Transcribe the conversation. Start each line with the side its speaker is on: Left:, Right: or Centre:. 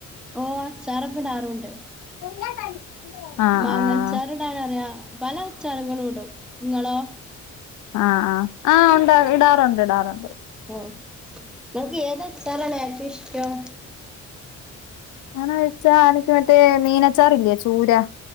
Centre: ഓഹ് അച്ചാറൊക്കെ ഇടാറുണ്ട്.
Left: <unintelligible> <unintelligible> ആഹ്
Centre: മാങ്ങച്ചാറിടാനറിയാ
Left: ആഹ്
Centre: പല അച്ചാറുകളും ഇടും ഇങ്ങളോ?
Left: ആ ആ ആഹ് ഒണ്ട് ഇടാറൊണ്ട് ഇടാറൊണ്ട്.
Centre: ഓഹ് ഇങ്ങക്ക് ഏതച്ചാറാണ് ഏറ്റവും ഇഷ്ടം?
Left: അങ്ങനെ ചോയ്ച്ചാ എനക്ക് മറ്റേ മീനച്ചാറില്ലേ ചൂരാ.